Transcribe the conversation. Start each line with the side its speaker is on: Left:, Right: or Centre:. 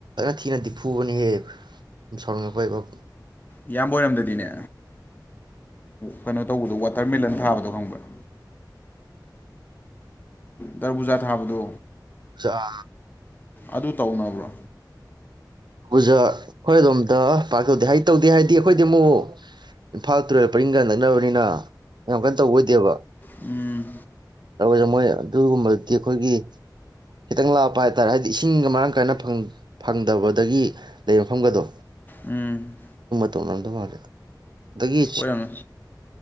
Right: ꯊꯤꯔꯗꯤ ꯐꯨꯕꯅ ꯍꯦ <unintelligible> ꯄꯣꯏꯕ
Left: ꯏꯌꯥꯝꯕ ꯑꯣꯏꯔꯝꯗꯗꯤꯅꯦ ꯀꯩꯅꯣ ꯇꯧꯕꯗꯣ ꯋꯥꯇꯔꯃꯦꯂꯟ ꯊꯥꯕꯗꯣ ꯈꯪꯕ꯭ꯔꯥ ꯗꯔꯕꯨꯖꯥ ꯊꯥꯕꯗꯣ
Right: ꯆꯥ
Left: ꯑꯗꯨ ꯇꯧꯅꯕ꯭ꯔꯣ
Right: ꯑꯣꯖꯥ ꯑꯩꯈꯣꯏ ꯑꯗꯣꯝꯗ ꯄꯥꯛꯇꯧꯗꯦ ꯍꯥꯏ ꯇꯧꯗꯦ ꯍꯥꯏꯗꯤ ꯑꯩꯈꯣꯏꯗꯤ ꯑꯃꯨꯛ ꯏꯝꯐꯥꯜ ꯇꯨꯔꯦꯜ ꯄꯔꯤꯡꯒ ꯅꯛꯅꯕꯅꯤꯅ ꯌꯥꯝ ꯀꯟꯅ ꯇꯧꯕ ꯑꯣꯏꯗꯦꯕ
Left: ꯎꯝ
Right: ꯇꯣꯏꯁꯦ ꯃꯣꯏ ꯑꯗꯨꯒꯨꯝꯕꯗꯤ ꯑꯩꯈꯣꯏꯒꯤ ꯈꯤꯇꯪ ꯂꯥꯞꯄ ꯍꯥꯏꯇꯥꯔꯦ ꯍꯥꯏꯗꯤ ꯏꯁꯤꯡꯒ ꯃꯔꯥꯡ ꯀꯥꯏꯅ ꯐꯪꯗꯕ ꯇꯒꯤ ꯂꯩꯔꯐꯝꯒꯗꯣ
Left: ꯎꯝ
Right: ꯇꯅꯥꯟꯕ ꯃꯥꯔ ꯑꯗꯨꯗꯒꯤ
Left: ꯑꯣꯏꯔꯝꯃꯦ